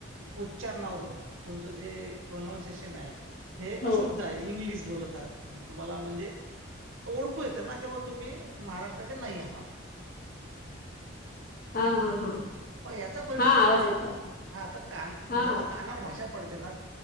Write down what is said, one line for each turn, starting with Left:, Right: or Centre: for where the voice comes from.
Right: उच्चारणावरून तुमच जे प्रोनान्सिएशन आहे हे
Left: हो
Right: अशुद्ध. इ्ल बोलत तुमही तुम्हाला म्हणजे ओळखूय त्यांना कं्हा तुम्ही. महाराष्ट्राचे नाही आहात.
Left: हा हा हा.
Right: प याचा परिणाम
Left: हा आवाज
Right: काय
Left: येतोय आता
Right: हा तर कान
Left: हा
Right: जेव्हा काणार भाषा. ना